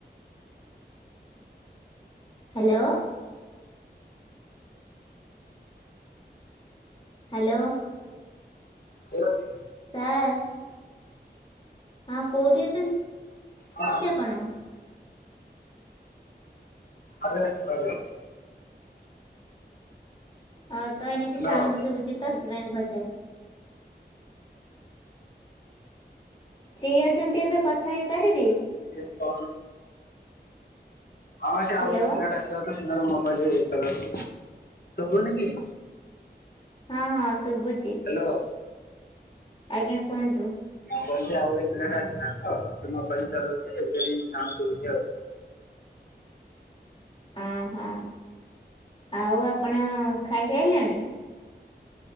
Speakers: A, on the left; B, on the left.
A: ହ୍ୟାଲୋ। ହ୍ୟାଲୋ।
B: ହାଲୋ କି
A: ସାର୍, ହଁ କୋଉଠି ଅଛନ୍ତି?
B: ହଁ।
A: ଆପଣ?
B: ଆରେ, ଆରେ
A: ହଁ ତ ଏଣିକି
B: ହ୍ୟାଲୋ।
A: ସାଉଣ୍ଡ
B: ହଁ
A: ଶୁଭୁଛି ତ ସେଥିପାଇଁ ମୁଁ ପଚାରୁଚି। ଫ୍ରି ଅଛନ୍ତି ଏବେ କଥା ହେଇପାରିବି?
B: <unintelligible> ହଁ, ସେ
A: ହ୍ୟାଲୋ
B: ଆଉ ଗୋଟିଏ ପିଲାଟା ଆସିବା ତ, ଦିନର ମୋବାଇଲ ଚଲଉଛି। ଶୁଭୁନି କି?
A: ହଁ ହଁ ଶୁଭୁଛି,
B: ହ୍ୟାଲୋ
A: ଆଜ୍ଞା କୁହନ୍ତୁ।
B: ମୁଁ କହୁଛି ଆଉ ଗୋଟେ ପିଲାଟା ଆସିଲା ତ, ସେ ମୋବାଇଲ ଚଲଉଛି ସେଥିପାଇଁ ସାଉଣ୍ଡ ଶୁଭୁଛି ଆଉ।
A: ଅଁ ହଁ। ଆଉ ଆପଣ ଖାଇସାଇଲେଣି?